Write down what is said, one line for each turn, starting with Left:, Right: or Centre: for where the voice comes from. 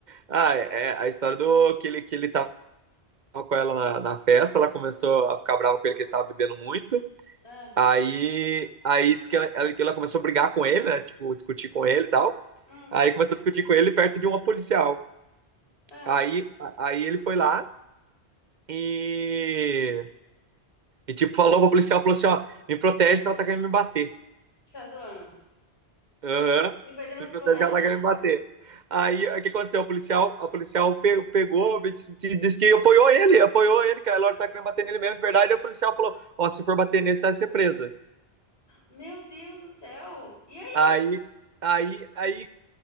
Right: Ah, é é a história do que ele, que ele tava com ela na, na festa, ela começou a ficar brava com ele que ele tava bebendo muito.
Left: Ah,
Right: Aí, aí diz que ela, ela, que ela começou a brigar com ele, né? Tipo, discutir com ele e tal.
Left: hum,
Right: Aí começou a discutir com ele perto de uma policial.
Left: ah,
Right: Aí, a- aí ele foi lá e E, tipo, falou pro policial, falou assim, ó, me protege que ela tá querendo me bater.
Left: você tá zoando?
Right: Aham.
Left: Ele foi e denunciou
Right: Me protege
Left: ela?
Right: que ela tá querendo me bater. Aí, o que aconteceu? O policial, a policial pe- pegou, disse disse que apoiou ele, apoiou ele, que a Laura tá querendo bater nele mesmo, de verdade. E o policial falou, ó, se for bater nele, você vai ser presa.
Left: Meu Deus do céu! E aí?
Right: Aí, aí, aí, o